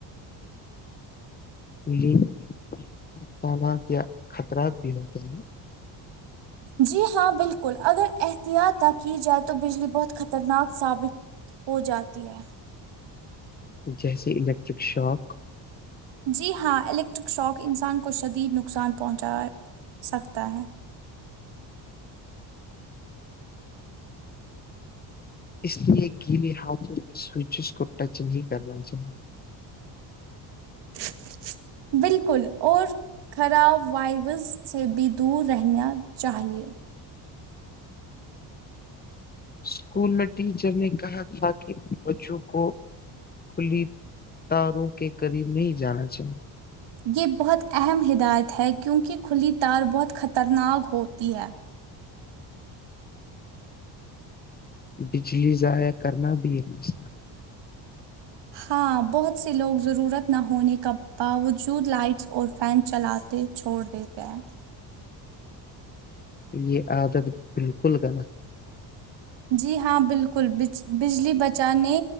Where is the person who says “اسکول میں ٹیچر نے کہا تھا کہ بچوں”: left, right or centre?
Left